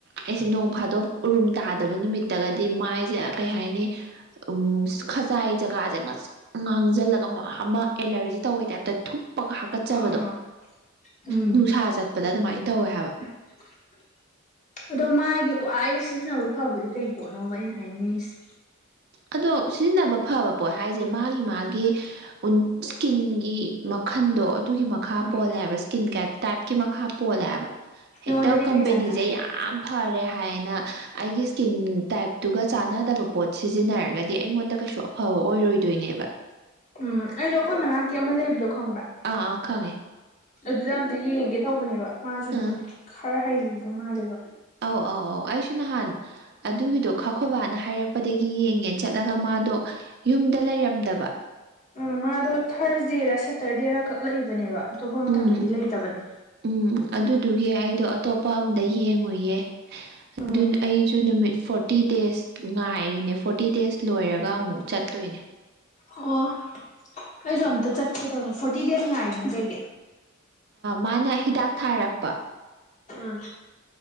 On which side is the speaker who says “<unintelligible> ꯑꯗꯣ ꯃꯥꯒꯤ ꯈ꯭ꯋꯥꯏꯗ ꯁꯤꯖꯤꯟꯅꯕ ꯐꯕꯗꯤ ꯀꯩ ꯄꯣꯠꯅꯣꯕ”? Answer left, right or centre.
Left